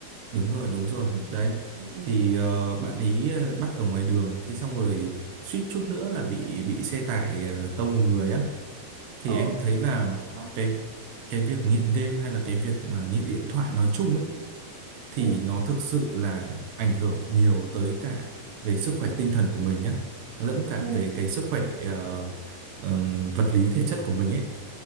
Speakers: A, on the right; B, on the right.
A: đúng rồi đúng rồi
B: ừ
A: đấy
B: ừ ừ ừ.
A: thì ờ, bạn ấy ờ, bắt ở ngoài đường thế xong rồi suýt chút nữa là bị bị xe tải ờ, tông một người á thì
B: Ồ,
A: em thấy là
B: sợ quá
A: cái cái việc nghiện game hay là cái việc mà nghiện điện thoại nói chung ấy thì
B: ừ
A: nó thực sự là ảnh hưởng nhiều tới cả về sức khỏe tinh thần của mình nhá lẫn cả
B: ừ
A: về cái sức khỏe ờ, ờm, vật lý thể chất của mình ấy